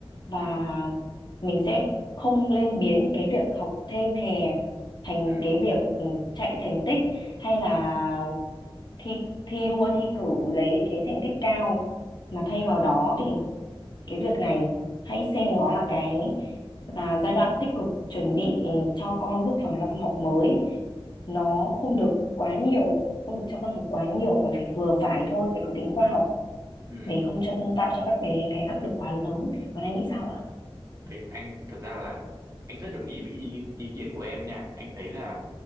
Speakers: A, on the left; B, on the right.
A: và
B: ừ
A: mình sẽ không lên biến cái việc học thêm hè thành
B: ừ
A: cái việc ừ, chạy thành tích hay là
B: ừ
A: thi thi đua thi cử lấy cái thành tích cao mà thay
B: ừ
A: vào đó thì cái việc này hãy xem nó là cái là giai đoạn tích cực chuẩn bị cho con bước vào năm học mới nó không được quá nhiều không được cho con học quá nhiều và phải vừa phải thôi phải có tính khoa học
B: ừ
A: để không cho, tạo cho các bé cái áp lực quá lớn còn anh nghĩ sao ạ
B: đấy anh thật ra là anh rất đồng ý với ý, ý kiến của em nha anh thấy là